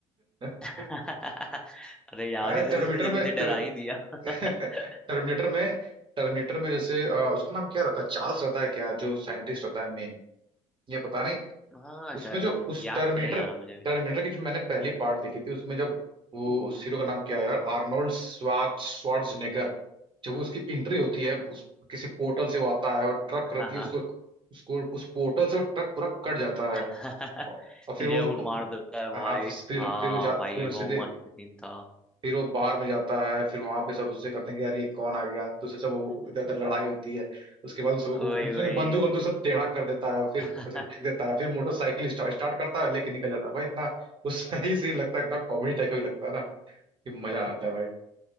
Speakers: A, on the right; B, in the centre.
A: <laughs>
B: अरे यार
A: अरे
B: ये
A: टर्मिनेटर
B: तो तुमने
A: में
B: मुझे डरा ही दिया <laughs>
A: <laughs> टर्मिनेटर में टर्मिनेटर में जैसे अ, उसका नाम क्या रहता है चार्ल्स रहता है क्या जो साइंटिस्ट रहता है मेन ये पता नहीं
B: हाँ शायद
A: उसमें जो उस
B: याद
A: टर्मिनेटर
B: तो नहीं आ रहा मुझे भी
A: टर्मिनेटर की जो मैंने पहली पार्ट देखी थी उसमें जब वो उस हीरो का नाम क्या है यार आर्नोल्ड स्वार्ज स्वार्जनेगर जब वो उसकी एंट्री होती है उस किसी पोर्टल से वो आता है और ट्रक करती
B: हाँ हाँ
A: है उसको उसको उस पोर्टल से वो ट्रक पूरा कट जाता
B: <laughs>
A: है और
B: सीधे
A: और फिर वो
B: उड़ मार देता है भाई
A: हाँ फिर फिर
B: हाँ
A: फिर वो जा
B: भाई
A: फिर
B: वो
A: सीधे
B: मस्त सीन था <laughs>
A: फिर वो बार में जाता है फिर वहां पे सब उससे कहते हैं कि यार ये कौन आ गया तो उससे सब वो इधर उधर लड़ाई होती है उसके बाद उन सबको
B: वही
A: उन सबके
B: वही
A: बंदूक बंदूक सब टेढ़ा कर देता है फिर
B: <laughs>
A: ऐसे फेंक देता है फिर मोटरसाइकिल स्टार्ट स्टार्ट करता है लेके निकल जाता है भाई इतना वो <laughs> सही सीन लगता है इतना कॉमेडी टाइप का भी लगता है ना कि मजा आता है <laughs> भाई